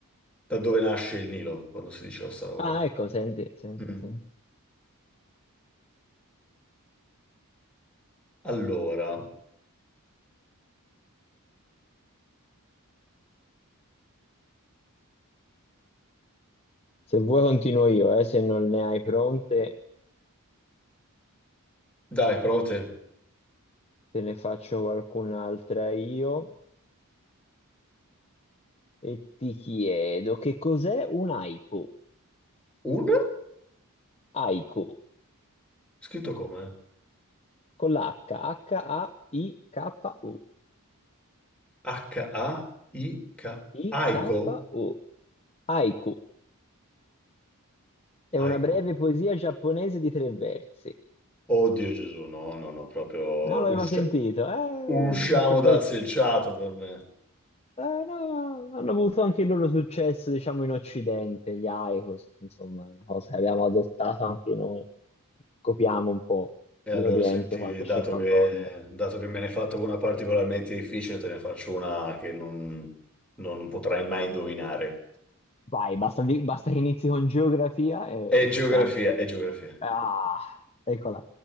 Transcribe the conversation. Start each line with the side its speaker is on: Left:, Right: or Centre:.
Centre: da dove nasce il Nilo, quando si diceva sta roba
Left: Ah,
Centre: qua.
Left: ecco, senti, senti,
Centre: Mm.
Left: senti.
Centre: Allora,
Left: Se vuoi continuo io, eh, se non ne hai pronte,
Centre: dai, prova te.
Left: te ne faccio qualcun'altra io e ti chiedo che cos'è un haiku?
Centre: Un?
Left: Haiku,
Centre: Scritto come?
Left: con l'H, H-A-I-K-U,
Centre: H-A-I-K.
Left: I-K-U,
Centre: Aiko?
Left: haiku. È
Centre: Aiko.
Left: una breve poesia giapponese di tre versi.
Centre: Oddio Gesù, no, no, no, proprio
Left: Non l'avevo
Centre: usci-
Left: mai sentito. Eh,
Centre: usciamo
Left: c'è poi...
Centre: dal selciato per me.
Left: eh, no, hanno avuto anche il loro successo, diciamo, in Occidente, gli Icos, insomma, una cosa che abbiamo adottato anche noi. Copiamo un po'
Centre: E allora
Left: l'Oriente
Centre: senti,
Left: quando
Centre: dato
Left: ci fa
Centre: che,
Left: voglia.
Centre: dato che me ne hai fatto una particolarmente difficile, te ne faccio una che non, non- non potrai mai indovinare.
Left: Vai, basta, di- basta che inizi con geografia e,
Centre: È
Left: e
Centre: geografia,
Left: ci siamo.
Centre: è geografia.
Left: Ah, eccola.